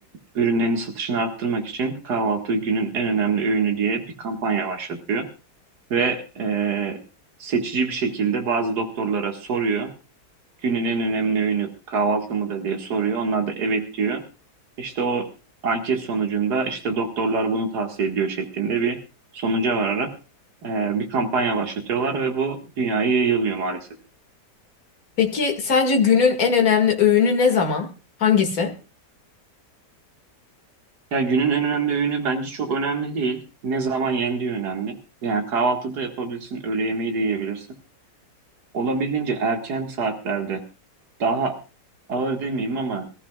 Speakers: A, on the right; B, on the left.
A: ürünlerini satışını arttırmak için kahvaltı günün en önemli öğünü diye bir kampanya başlatıyor. ve e, seçici bir şekilde bazı doktorlara soruyor. Günün en önemli öğünü kahvaltı mıdır diye soruyor. Onlar da evet diyor. İşte o anket sonucunda işte doktorlar bunu tavsiye ediyor şeklinde bir sonuca vararak e, bir kampanya başlatıyorlar ve bu dünyaya yayılıyor maalesef.
B: Peki sence günün en önemli öğünü ne zaman? Hangisi?
A: Yani günün en önemli öğünü bence çok önemli değil. Ne zaman yendiği önemli. Yani kahvaltıda yapabilirsin, öğle yemeği de yiyebilirsin. Olabildiğince erken saatlerde daha ağır demeyeyim ama